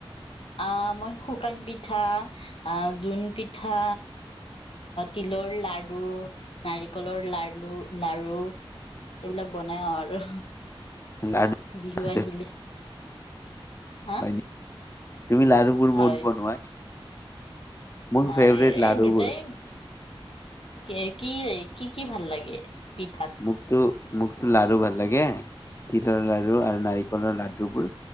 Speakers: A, on the left (about 75°); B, on the left (about 30°).
A: আহ মই শুকান পিঠা আহ জোন পিঠা তিলৰ লাৰু নাৰিকলৰ লাৰু এইবিলাক বানাও আৰু।
B: লাডু
A: বিহু
B: হয়
A: আহিলে। হা।
B: নেকি? তুমি লাডুবোৰ
A: হয়
B: বহুত বনোৱা? মোৰ
A: হয়
B: ফেভৰেট লাডুবোৰ।
A: এই দুটাই কি কি কি কি ভাল লাগে। এ। পিঠাত।
B: মোকতো মোকতো লাডু ভাল লাগে তিলৰ লাডু আৰু নাৰিকলৰ লাডু বোৰ।